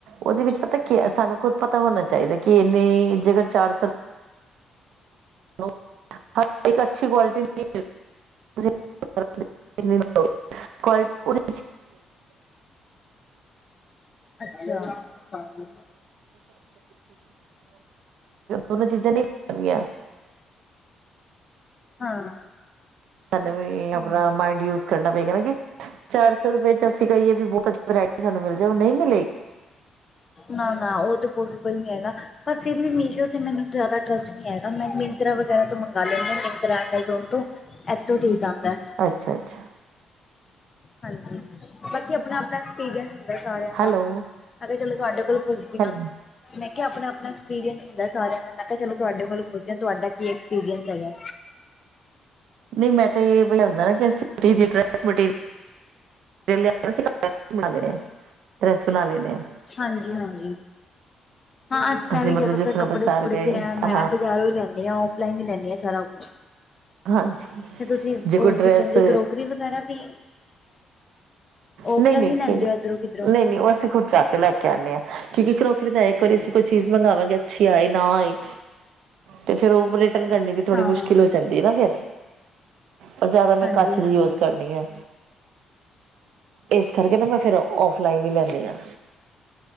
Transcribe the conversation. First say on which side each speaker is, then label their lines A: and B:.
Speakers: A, on the right (about 80°); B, on the left (about 35°).
A: ਉਹਦੇ ਵਿੱਚ ਪਤਾ ਕੀ ਐ, ਸਾਨੂੰ ਖੁੱਦ ਪਤਾ ਹੋਣਾ ਚਾਹੀਦਾ ਕਿ ਇੰਨੀ ਜਗ੍ਹਾ ਚਾਰ ਸੌ ਹੈਲੋ, ਹਾਂ ਇੱਕ ਅੱਛੀ ਕੁਆਲਿਟੀ ਨਹੀਂ ਮਿਲ <inaudible>
B: ਅੱਛਾ। ਹਾਂ
A: ਦੋਨੋ ਚੀਜ਼ਾਂ ਨਹੀਂ ਮਿਲਦੀਆਂ।
B: ਹਾਂ।
A: ਹਾਨੂੰ ਵੀ ਆਪਣਾ ਮਾਇੰਡ ਯੂਜ ਕਰਨਾ ਪਏਗਾ ਨਾ ਕਿ ਚਾਰ ਸੌ ਰੁਪਏ ਚ ਅਸੀਂ ਕਹੀਏ ਵੀ ਬਹੁਤ ਅੱਛੀ ਵਰਾਇਟੀ ਸਾਨੂੰ ਮਿਲ ਜਾਏ ਉਹ ਨਹੀਂ ਮਿਲੇਗੀ।
B: ਨਾ ਨਾ ਉਹ ਤੇ ਪੋਸੀਬਲ ਨੀ ਹੈਗਾ। ਪਰ ਫਿਰ ਵੀ ਮੀਸ਼ੋ ਤੇ ਮੈਨੂੰ ਜ਼ਿਆਦਾ ਟਰਸਟ ਨ ਹੈਗਾ ਮੈਂ ਮਿੰਤਰਾ ਵਗੈਰਾ ਤੋਂ ਮੰਗਵਾ ਲੈਂਦੀ ਮਿੰਤਰਾ, ਐਮਾਜ਼ੋਨ ਤੋਂ ਇੱਥੋਂ ਠੀਕ ਆਉਂਦਾ।
A: ਅੱਛਾ-ਅੱਛਾ
B: ਹਾਂਜੀ, ਬਾਕੀ ਆਪਣਾ ਆਪਣਾ ਐਕਸਪੀਰੀਅੰਸ ਹੁੰਦਾ ਸਾਰਿਆਂ
A: ਹੈਲੋ
B: ਦਾ, ਅੱਗੇ ਚਲੋ ਤੁਹਾਡੇ ਕੋਲ ਪੁੱਛਦੀ
A: ਹੈਲੋ
B: ਹਾਂ। ਮੈ ਕਿਹਾ ਆਪਣਾ - ਆਪਣਾ ਐਕਸਪੀਰੀਅੰਸ ਹੁੰਦਾ ਸਾਰਿਆਂ ਦਾ, ਮੈ ਕਿਹਾ ਚਲੋ ਤੁਹਾਡੇ ਵੱਲੋ ਪੁੱਛਦੇ ਆ, ਤੁਹਾਡਾ ਕੀ ਐਕਸਪੀਰੀਅੰਸ ਹੈਗਾ?
A: ਨਹੀਂ, ਮੈਂ ਤੇ ਬਈ ਲਿਆਦਾ ਸੀ ਟੀ ਜੀ ਮੈਂਟੀਰਿਅਲ ਵਿਰਲੇ <unintelligible> ਤੂ ਬਣਾ ਲਏ ਨੇ, ਡਰੈਸ ਬਣਾ ਲੈਨੇ ਆ।
B: ਹਾਂਜੀ ਹਾਂਜੀ, ਹਾਂ ਐਸ ਮੈਂ
A: ਅਸੀਂ
B: ਵੀ
A: ਮਤਲਬ
B: ਕਹਤਾ
A: ਜਿਸ
B: ਐਸ
A: ਤਰ੍ਹਾਂ
B: ਕੱਪੜੇ
A: ਬਾਜ਼ਾਰ
B: -ਕੁਪੜੇ
A: ਗਏ
B: ਤੇ ਹੈ ਮੈਂ
A: ਹਾਂ
B: ਵੀ ਬਾਜ਼ਾਰੋਂ ਹੀ ਲੈਨੀ ਆ, ਆਫਲਾਈਨ ਹੀ ਲੈਨੀ ਆ ਸਾਰਾ ਕੁਝ
A: ਹਾਂਜੀ
B: 'ਤੇ ਤੁਸੀਂ
A: ਜੇ ਕੋਈ
B: ਉਹ
A: ਡਰੈਸ
B: ਕਿਚਨ ਦੀ ਕਰੋਕਰੀ ਵਗੈਰਾ ਵੀ ਔਫਲਾਈਨ
A: ਨਹੀਂ ਨਹੀਂ
B: ਵੀ ਲੈਂਦੇ
A: ਕਿ ਨਹੀਂ
B: ਓ, ਐਧਰੋ ਕਿਧਰੋ?
A: ਨਹੀਂ ਉਹ ਅਸੀਂ ਖੁਦ ਜਾ ਕੇ ਲੈ ਕੇ ਆਉਂਨੇ ਹਾਂ, ਕਿਉਂਕਿ ਕਰੋਕਰੀ ਦਾ ਇੱਕ ਵਾਰੀ ਅਸੀਂ ਕੋਈ ਚੀਜ਼ ਮੰਗਾਵਾਂਗੇ, ਅੱਛੀ ਆਏ ਨਾ ਆਏ। ਤੇ ਫਿਰ ਉਹ ਵਾ ਕਟਿੰਗ ਕਰਨੀ ਵੀ ਥੋੜੀ
B: ਹਾਂ
A: ਮੁਸ਼ਕਿਲ ਹੋ ਜਾਂਦੀ ਹੈ ਨਾ ਫਿਰ? ਪਰ ਜਿਆਦਾ ਮੈਂ
B: ਹਾਂਜੀ
A: ਕੱਚ
B: ਹਾਂਜੀ
A: ਦੀ ਯੂਜ਼ ਕਰਨੀ ਆ। ਇਸ ਕਰਕੇ ਨਾ ਮੈਂ ਫਿਰ ਔਫਲਾਈਨ ਹੀ ਲੈਂਨੀ ਹਾਂ।